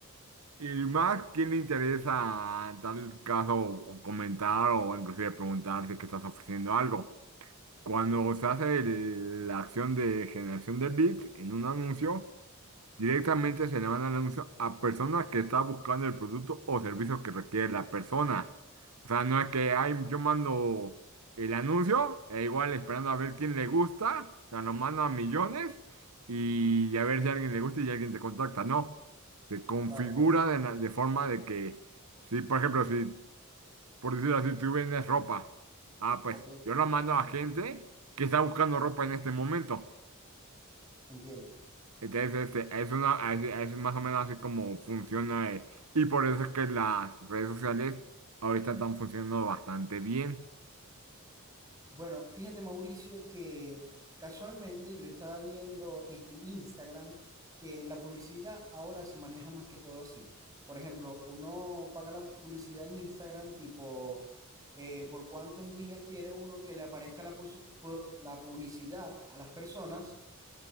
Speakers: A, on the right; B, on the right.
A: y más quién le interesa en tal caso o comentar o inclusive preguntar si es que estás ofreciendo algo. Cuando se hace el- la acción de generación de leads en un anuncio, directamente se le manda el anuncio a personas que está buscando el producto o servicio que requiere la persona. O sea, no es que ay, yo mando el anuncio e igual esperando a ver quién le gusta, o sea, lo mando a millones y a ver si a alguien le gusta y alguien te contacta. No, se configura
B: Claro, claro.
A: de, la- de forma de que, si por ejemplo, si por decirlo así, tú vendes ropa. Ah, pues
B: Ok,
A: yo la mando a gente que está buscando ropa en este momento.
B: entiendo.
A: Entonces, este, es una, es, es más o menos así como funciona. eh, Y por eso es que las redes sociales ahorita están funcionando bastante bien.
B: Bueno, fíjate, Mauricio, que casualmente yo estaba viendo en Instagram que la publicidad ahora se maneja más que todo así. Por ejemplo, uno paga la publicidad en Instagram tipo eh, por cuántos días quiere uno que le aparezca la, pusi- pu- la publicidad a las personas.